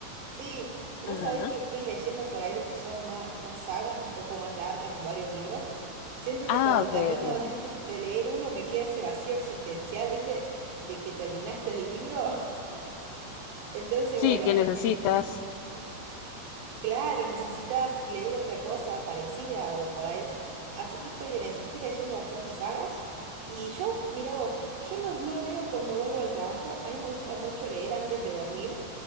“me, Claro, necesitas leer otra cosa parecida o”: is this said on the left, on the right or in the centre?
Right